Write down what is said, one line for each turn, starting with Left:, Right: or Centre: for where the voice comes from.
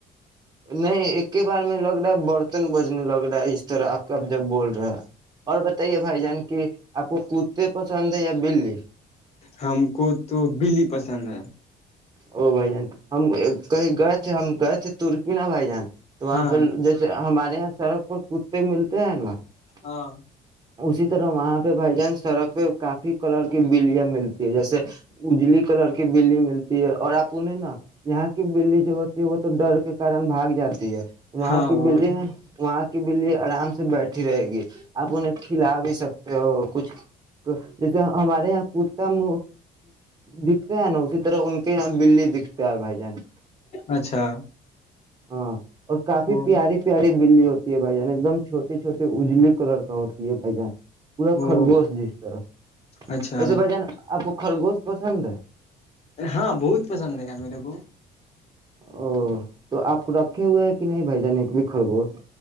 Right: نہیں کے بارے میں لگ رہا ہے برتن بجنے لگ رہا ہے اس طرح آپ کا اب جب بول رہا ہے اور بتائیے بھائی جان کی آپ کو کتے پسند ہے یا بلی
Left: ہم کو تو بلی پسند ہے
Right: او بائی جانتا ہم کہیں گئے تھے ہم گئے تھے ترک نا بھائی جان تو وہاں
Left: ہاں
Right: پہ جیسے ہمارے یہاں سڑک پر کتے ملتے تین ل
Left: ہاں
Right: اسی طرح وہاں پہ بھائی جان سڑک پہ کافی کلر کی بلیاں ملتی ہے جیسے اجلی کلر کی بلی ملتی ہے اور آپ انہیں نا یہاں کی بلی جو ہوتی ہے وہ تو ڈر کے کارن بھاگ جاتی ہے وہاں
Left: ہاں
Right: کی بلی وہاں کی بلی آرام سے بیٹھی رہے گی آپ انہیں کھلا بھی سکتے ہو کچھ جیسے ہمارے یہاں کتا م د <unintelligible> ہیں نا اسی طرح <unintelligible>
Left: اچھا
Right: ہاں اور کافی
Left: او
Right: پیاری پیاری بلی ہوتی ہے بھائی جان ایک دم چھٹے چھوٹے اجلی کلر کا ہوتی ہے بھائی جان پورا
Left: او
Right: خرگوش جس طرف
Left: اچھا
Right: ایسے بھ جان آپ خرگوش پسند ہے
Left: ہاں بہت پسند ہے یار میرے کو
Right: او تو آپ کو رکھے ہوئے ہیں کہ نہیں بھ جان ایک بھی خرگوش